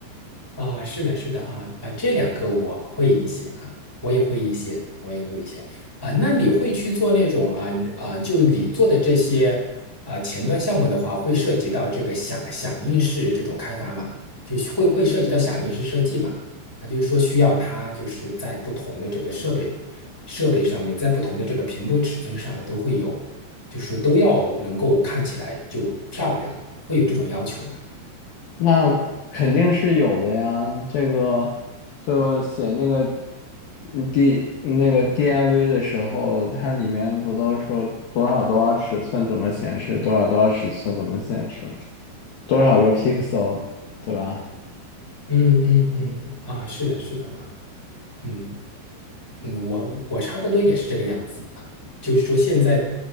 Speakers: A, in the centre; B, on the left.
A: 啊，是的，是的啊，啊，这两个我会一些啊，我也会一些，我也会一些啊。那你会去做那种啊啊，就你做的这些啊前端项目的话，会涉及到这个响响应式这种开发嘛？就是会会涉及到响应式设计嘛？啊，就是说需要它就是在不同的这个设备设备上面，在不同的这个屏幕尺寸上都会有，就是都要能够看起来就漂亮，会有这种要求嘛？
B: 那肯定是有的呀，这个就写那个嗯 D 那个 DIV 的时候，它里面不都说多少多少尺寸怎么显示，多少多少尺寸怎么显示吗？多少个 pixel，对吧？
A: 嗯嗯嗯，嗯啊，是的，是的啊。嗯嗯，我我差不多也是这个样子啊，就是说现在